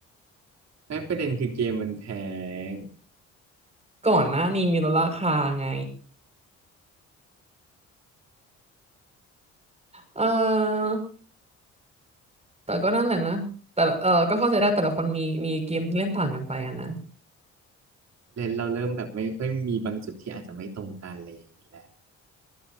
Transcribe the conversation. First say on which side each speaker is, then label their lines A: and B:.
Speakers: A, on the right; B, on the right.
A: ไม่ประเด็นคือเกมมันแพง
B: <laughs> ก่อนหน้านี้มีลดราคาไงเออแต่ก็นั่นแหละนะแต่ละเออก็เข้าใจได้แต่ละคนมีมีเกมที่เล่นต่างกันไปอะนะ
A: reference เราเริ่มแบบไม่ค่อยมีบางจุดที่อาจจะไม่ตรงกันอะไรอย่างนี้แหละ